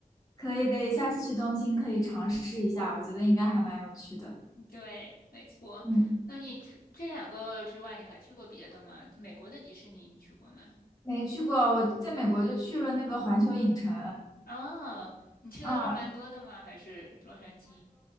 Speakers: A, on the left; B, on the left.
A: 可以可以，下次去东京可以尝试一下，我觉得应该还蛮有趣的。
B: 对，没错。
A: 嗯，
B: 那你除这两个之外，你还去过别的吗？美国的迪士尼你去过吗？
A: 没去过，我在美国就去了那个环球影城，
B: 哦，你去的奥兰多的吗？
A: 嗯
B: 还是洛杉矶？